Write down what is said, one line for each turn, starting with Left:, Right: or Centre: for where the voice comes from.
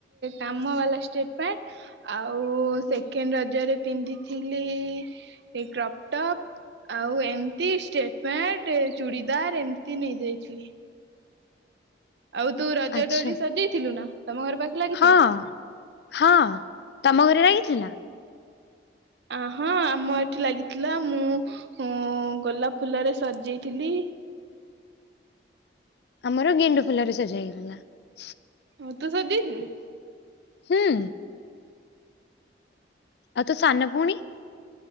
Right: କାମ ବାଲା ଷ୍ଟେପ ପ୍ୟାଡ। ଆଉ ସେକେଣ୍ଡ ରଜରେ ପିନ୍ଧି ପିଧିଥିଲି କ୍ରପ୍ଟପ୍। ଆଉ ଏମିତି ଷ୍ଟେଟମେଣ୍ଟ ଚୁଡିଦାର ଏମତି ନେଇଯାଇଥିଲି। ଆଉ ତୁ ରଜ
Left: ଆଚ୍ଛା
Right: ଡୋରି ସଜେଇଥିଲୁ ନା? ତମ ଘର ପାଖେ ଲାଗିଥିଲା?
Left: ହଁ, ହଁ ତମ ଘରେ ଲାଗିଥିଲା?
Right: ଅ ହଁ ଆମ ଏଠି ଲାଗିଥିଲା। ମୁଁ, ଉଁ ଗୋଲାପ ଫୁଲରେ ସଜେଇଥିଲି?
Left: ଆମର ଗେଣ୍ଡୁ ଫୁଲରେ ସଜା ହେଇଗଲା <unintelligible>
Right: ହଁ ତୁ ସଜେଇଥିଲୁ
Left: ହୁଁ ଆଉ ତୁ ସାନଭଉଣୀ